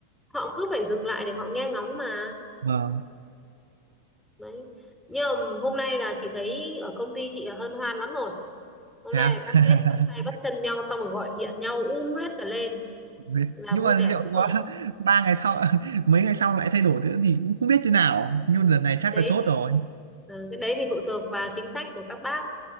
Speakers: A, in the centre; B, on the right.
A: họ cứ phải dừng lại để họ nghe ngóng mà.
B: Vâng,
A: Đấy. Nhưng mà hôm nay là chị thấy ở công ty chị là hân hoan lắm rồi. Hôm
B: thế
A: nay
B: à?
A: là các
B: <laughs>
A: sếp bắt tay bắt chân nhau xong rồi gọi điện nhau um hết cả lên
B: Đấy.
A: là
B: nhưng
A: vui
B: mà
A: vẻ
B: liệu
A: lắm rồi.
B: có <laughs> ba ngày sau <laughs> mấy ngày sau lại thay đổi nữa thì cũng không biết thế nào nhưng lần này
A: Cái
B: chắc
A: đấy
B: là chốt
A: thì
B: rồi
A: Ừ, cái đấy thì phụ thuộc vào chính sách của các bác